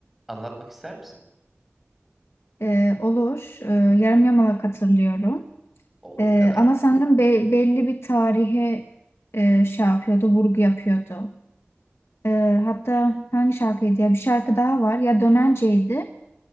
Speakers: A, in the centre; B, on the left.
A: Anlatmak ister misin?
B: Ee, olur. Ee, yarım yamalak hatırlıyorum.
A: Olduğu
B: Ee,
A: kadar.
B: ama sanırım be- belli bir tarihe e, şey yapıyordu, vurgu yapıyordu. Ee, hatta hangi şarkıydı ya? Bir şarkı daha var. Ya Dönence'ydi